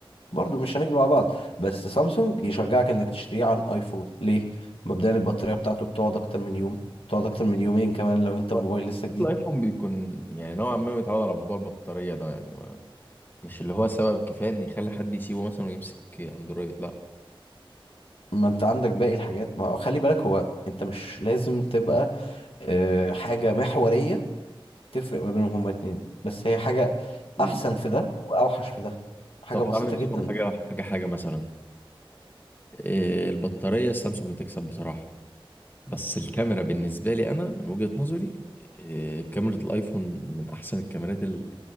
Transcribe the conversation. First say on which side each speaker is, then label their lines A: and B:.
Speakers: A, on the left; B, on the left.
A: برضو مش هنكذب على بعض بس سامسونج يشجعك انك تشتريه عن ايفون ليه مبدئيا البطارية بتاعته بتقعد اكتر من يوم بتقعد اكتر من يومين كمان لو انت
B: الوقت.
A: موبايل لسه جديد
B: الايفون بيكون يعني نوعا ما متعود على موضوع البطارية ده يعني مش اللي هو سبب كفاية إن يخلي حد يسيبه مثلا ويمسك أندرويد لا
A: ما انت عندك باقي الحاجات ما خلي بالك هو انت مش لازم تبقى آه، حاجة محورية تفرق ما بينهم هما اتنين بس هي حاجة
B: أكيد
A: احسن في ده واوحش في ده حاجة
B: طب
A: بسيطة
B: تعالى نمسكه
A: جدا
B: بحاجة حاجة حاجة مثلا إيه البطارية السامسونج تكسب بصراحة بس الكاميرا بالنسبة لي أنا من وجهة نظري إيه كاميرا الآيفون من أحسن الكاميرات ال-